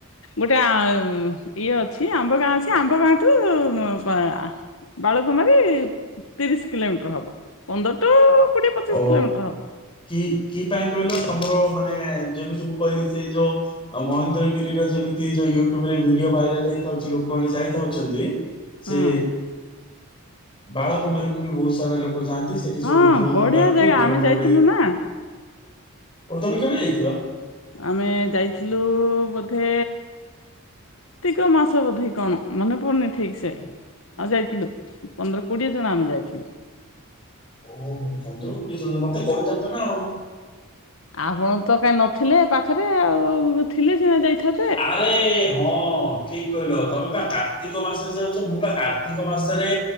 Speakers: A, on the left; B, on the left.
A: ଗୋଟେ ଇଏ ଅଛି ଆମ୍ବ ଗାଁ ଅଛି। ଆମ୍ବ ଗାଁଠୁ ପା ବାଳକୁମାରୀ ତିରିଶି କିଲୋମିଟର ହବ ପନ୍ଦର ଟୁ କୋଡିଏ ପଚିଶ
B: ଓ
A: କିଲୋମିଟର ହବ।
B: କି କି ପାଇଁ କହିଲ ତମର ମାନେ ଯେମିତି ମୁଁ କହିଲି ସେଇ ଯୋଉ ମହେନ୍ଦ୍ରଗିରି ର ଯେମିତି ଯୋଉ ୟୁଟୁବ ରେ ଭିଡିଓ ଭାଇରାଲ ହେଇଥାଉଚି ଲୋକମାନେ ଯାଇପାରୁଚନ୍ତି। ସେ
A: ହଁ
B: ବାଳକୁମାରୀକୁୁ ବି ବହୁତ ସାରା ଲୋକ ଯାଆନ୍ତି। ସେଠି ସବୁ
A: ହଁ
B: ଡ୍ରୋନ୍
A: ବଢିଆ
B: ଉଡାନ୍ତି
A: ଜାଗା
B: ଡ୍ରୋନ୍
A: ଆମେ ଯାଇଥିଲୁ
B: ଉଡେ
A: ନା
B: କଟକ କେବେ ଯାଇଥିଲ?
A: ଆମେ ଯାଇଥିଲୁ ବୋଧେ କାର୍ତିକ ମାସ ବୋଧେ କଣ ମନେ ପଡୁନି ଠିକ୍ ସେ। ଆଉ ଯାଇଥିଲୁ ପନ୍ଦର କୋଡିଏ ଜଣ ଆମେ ଯାଇଥିଲୁ।
B: ଓହୋ ପନ୍ଦର କୋଡିଏ ଜଣ ମତେ କହିଥାନ୍ତ ନା ଆଉ।
A: ଆପଣ ତ କାଇଁ ନଥିଲେ ପାଖରେ ଆଉ ଥିଲେ ସିନା ଯାଇଥାନ୍ତ।
B: ଆରେ ହଁ ଠିକ୍ କହିଲ ତମେ ବା କାର୍ତ୍ତିକ ମାସରେ ଯାଉଚ, ମୁଁ ବା କାର୍ତ୍ତିକ ମାସରେ